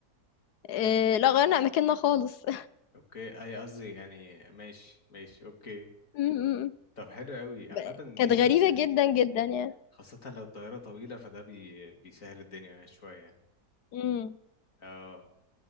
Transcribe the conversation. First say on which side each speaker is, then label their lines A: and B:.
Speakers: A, on the left (about 85°); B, on the left (about 55°).
A: إيه... لا غيرنا أماكننا خالص <laughs> م-
B: اوكي اي قصدي يعني ماشي ماشي اوكي
A: م- م.
B: طب حلو قوي
A: ب-
B: عامة
A: كانت
B: دي تبقى
A: غريبة
B: مسلية
A: جدا
B: جدا
A: جدا يعني
B: خاصة لو الطيارة طويلة فده بي... بيسهل الدنيا شوية يعني
A: امم
B: اه